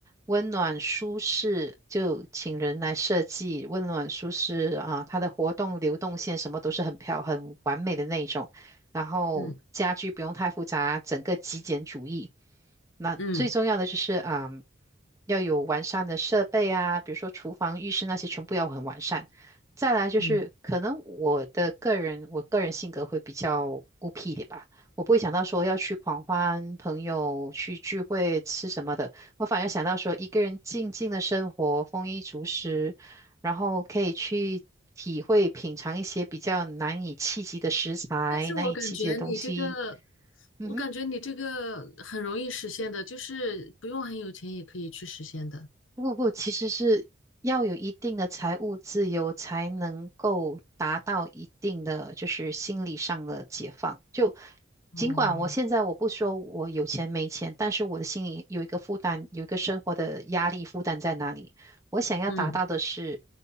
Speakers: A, on the right; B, on the left.
A: 温暖舒适，就请人来设计温暖舒适啊，它的活动流动线什么都是很漂很完美的那一种。然后家具不用太复杂，
B: 嗯。
A: 整个极简主义。那最重要的就是，
B: 嗯
A: 嗯，要有完善的设备啊，比如说厨房、浴室那些全部要很完善。再来就是，
B: 嗯，
A: 可能我的个人，我个人性格会比较孤僻一点吧，我不会想到说要去狂欢、朋友去聚会、吃什么的，我反而想到说一个人静静的生活，丰衣足食，然后可以去体会、品尝一些比较难以企及的食材、
B: 但是我感觉你这个，
A: 难以企及的东西。嗯哼，
B: 我感觉你这个很容易实现的，就是不用很有钱也可以去实现的。
A: 不不，其实是要有一定的财务自由，才能够达到一定的就是心理上的解放。就
B: 哦，
A: 尽管我现在我不说我有钱没钱，但是我的心里有一个负担，有一个生活的压力负担在哪里？我想要达到的是
B: 嗯，